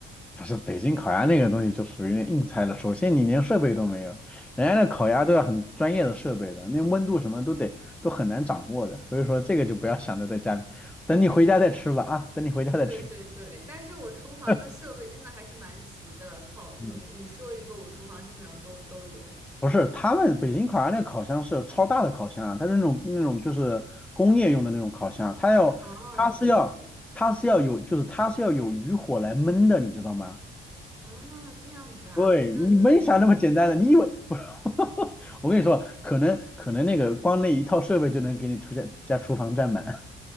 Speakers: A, in the centre; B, on the right.
A: 不是北京烤鸭那个东西就属于硬菜了。首先你连设备都没有，人家那烤鸭都要很专业的设备的，那温度什么都得都很难掌握的。所以说这个就不要想着在家里，等你回家再吃吧啊，等你回家再吃吧
B: 对对对，但是我厨房的设备真的还是蛮齐的，
A: <laughs>
B: 烤你你说一个，
A: 嗯，
B: 我厨房基本上都都有。
A: 不是，他们北京烤鸭那烤箱是超大的烤箱啊，它是那种那种就是工业用的那种烤箱，它要它是要它是要有就是它是要有余火来焖的，
B: 哦，也对也对，
A: 你知道吗？
B: 哦，这样子啊，
A: 对，
B: 那那还蛮好奇的。
A: 你没想那么简单的，你以为不是？<laughs> 我跟你说，可能可能那个光那一套设备就能给你出家家厨房占满。